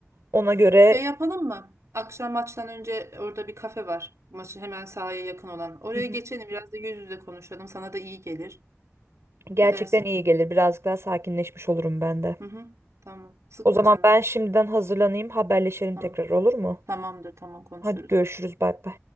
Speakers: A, on the right; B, on the right.
A: Ona göre
B: Şey yapalım mı? Akşam maçtan önce orada bir kafe var. Maçı hemen sahaya yakın olan. Oraya
A: Hı hı.
B: geçelim biraz da yüz yüze konuşalım. Sana da iyi gelir.
A: gerçekten
B: Ne dersin?
A: iyi gelir. Birazcık daha sakinleşmiş olurum ben de.
B: Hı hı. Tamam. Sıkma
A: O zaman
B: canını.
A: ben şimdiden hazırlanayım, haberleşelim
B: Tamam.
A: tekrar olur mu?
B: Tamamdır. Tamam konuşuruz.
A: Hadi görüşürüz, bay bay.